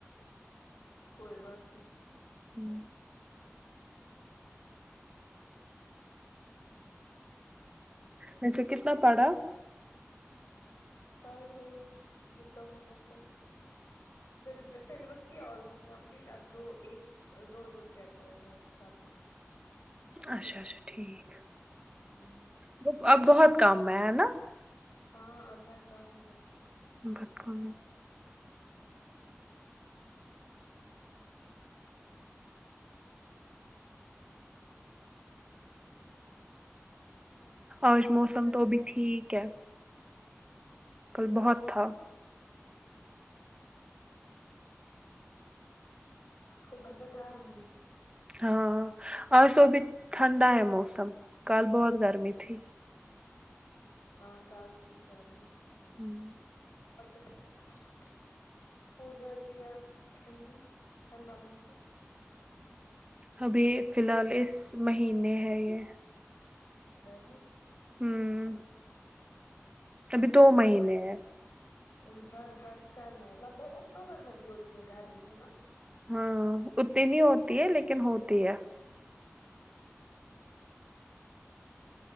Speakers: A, on the left; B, on the right.
A: کوئی بات نہیں
B: ہمم ویسے کتنا پڑھا
A: پڑھ رہی ہوں جتنا ہو سکتا ہے سل سلیبس کی آلموسٹ کمپلیٹ اب دو ایک دو دو چیپٹرز ہیں سب میں
B: اچھا اچھا ٹھیک
A: ہوں
B: وہ اب بہت کم ہے ہیں نا
A: ہاں اب ہے کام بہت
B: <unintelligible> آج موسم
A: کیا
B: تو
A: کر
B: ابھی
A: رہے ہو
B: ٹھیک ہے کل بہت تھا
A: اوپر سے گرمی
B: ہاں آج تو ابھی ٹھنڈا ہے موسم کال بہت گرمی تھی
A: ہاں کل تھی گرمی
B: ہمم
A: پتہ ہی نہیں ہو جاتی آپ ٹھنڈی ٹھنڈا موسم
B: ابھی فی الحال اس مہینے ہے یے
A: گرمی
B: ہمم ابھی دو مہینے ہیں
A: ابھی برداشت کرنا ہے لگ بھگ اکٹوبر میں بھی ہوتی ہے گرمی ہے نا
B: ہاں اتنی نہیں ہوتی ہے لیکن ہوتی ہے
A: ہمم